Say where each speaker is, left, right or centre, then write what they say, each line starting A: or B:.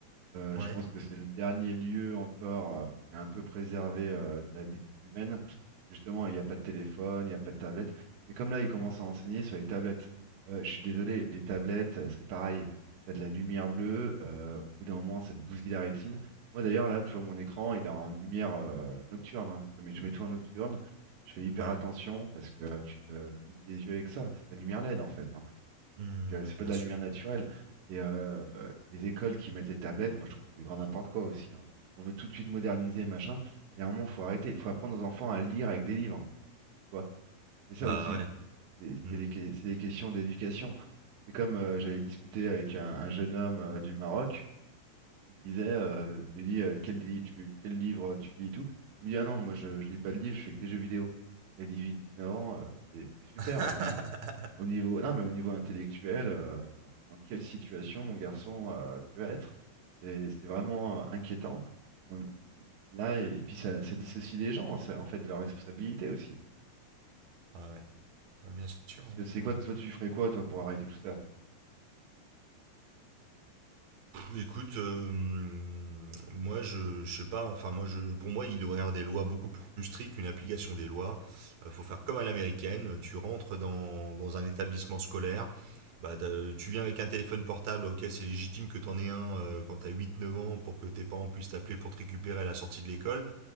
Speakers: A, on the right (about 85°); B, on the right (about 60°).
A: Euh,
B: Ouais,
A: je pense que c'est le dernier lieu encore euh, qui est un peu préservé euh, de la bêtise humaine. Justement, il n'y a pas de téléphone, il n'y a pas de tablette. C'est comme là, ils commencent à enseigner sur les tablettes. Euh, je suis désolé, les tablettes, euh, c'est pareil. Tu as de la lumière bleue, euh, au bout d'un moment, ça te bousille la rétine. Moi d'ailleurs, là, tu vois, mon écran, il est en lumière euh, nocturne. hein. Je mets, je mets tout en nocturne. Je fais hyper
B: ouais.
A: attention parce que euh, tu te bousilles les yeux avec ça. C'est de la lumière LED en fait. hein.
B: Hmm,
A: Donc, euh, c'est pas
B: bien
A: de la
B: sûr.
A: lumière naturelle. Et euh, euh, les écoles qui mettent les tablettes, moi, je trouve que c'est grand n'importe quoi aussi. hein. On veut tout de suite moderniser, machin. Mais à un moment, faut arrêter. faut apprendre aux enfants à lire avec des livres. Tu vois? C'est ça
B: Bah
A: aussi.
B: ouais.
A: C'est
B: Hmm.
A: c'est les, que- c'est les questions d'éducation. C'est comme euh, j'avais discuté avec un, un jeune homme euh, du Maroc. Il me disait, euh, je lui ai dit, euh, quel, li- tu- quel livre euh, tu lis et tout. Il me dit, ah non, moi, je, je lis pas de livre, je fais que des jeux vidéo. Il a 18, 19 ans, euh, c'est c'est super.
B: <laughs>
A: Au niveau, non, mais au niveau intellectuel, euh, dans, dans quelle situation, mon garçon, euh, tu vas être? C'est c'est vraiment euh, inquiétant. On- là, et, et puis ça, ça dissocie les gens, ça- en fait, de leur responsabilité aussi.
B: Ouais, ouais, bien sûr,
A: Je sais quoi,
B: ouais. ouais.
A: toi, tu ferais quoi, toi, pour arrêter tout ça?
B: Écoute, euh, moi je, je sais pas, enfin moi je, pour moi il devrait y avoir des lois beaucoup plus strictes, une application des lois. Euh, faut faire comme à l'américaine, tu rentres dans, dans un établissement scolaire, bah, t'as- tu viens avec un téléphone portable, ok c'est légitime que t'en aies un euh, quand t'as huit, neuf ans pour que tes parents puissent t'appeler pour te récupérer à la sortie de l'école,